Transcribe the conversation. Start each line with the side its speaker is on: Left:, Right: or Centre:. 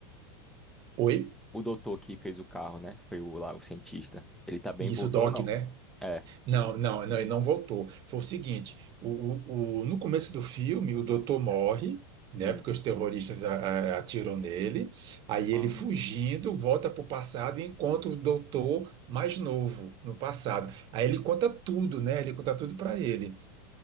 Right: oi?
Centre: O doutor que fez o carro, né? Foi o lá, o cientista. Ele tá bem,
Right: E
Centre: voltou
Right: Isso, Doc,
Centre: ou não?
Right: né?
Centre: É.
Right: Não, não, não, ele não voltou. Foi o seguinte, o, o, o- no começo do filme, o doutor morre, né?
Centre: Hum.
Right: Porque os terroristas a- a- atiram nele. Aí
Centre: Ah,
Right: ele fugindo, volta para o passado e encontra o doutor mais novo no passado. Aí ele conta tudo, né? Ele conta tudo para ele.